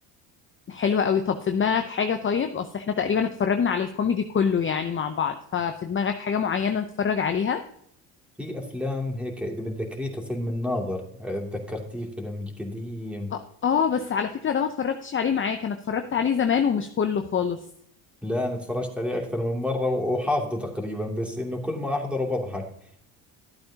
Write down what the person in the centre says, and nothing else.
في افلام هيك اذا متذكريته فيلم الناظر آه، تذكرتيه فيلم القديم
لا انا تفرجت عليه اكثر من مرة وحافظه تقريبا بس انه كل ما احضره بضحك